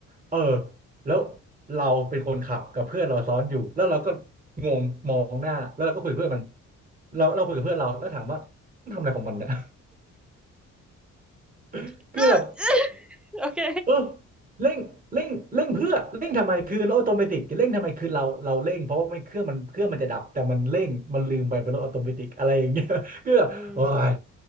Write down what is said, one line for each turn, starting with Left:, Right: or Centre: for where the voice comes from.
Right: เออแล้วเราเป็นคนขับกับเพื่อนเราซ้อนอยู่แล้วเราก็งงมองหน้าแล้วเราก็คุยกับเพื่อนมันเราเราคุยกับเพื่อนเราแล้วถามว่ามันทำอะไรของมันเนี่ย <laughs>
Centre: <laughs>
Right: คือแบบ
Centre: เออ <laughs> โอเค
Right: เออเร่งเร่งเร่งเพื่อเร่งทำไมคือรถออโตเมติกเร่งทำไมคือเราเราเร่งเพราะว่าไมเครื่องมันเครื่องมันจะดับแต่มันเร่งมันลืมไปเป็นรถออโตเมติกอะไรอย่างเงี้ย <laughs>
Centre: <laughs>
Right: ก็แบบโอ้ย
Centre: อืม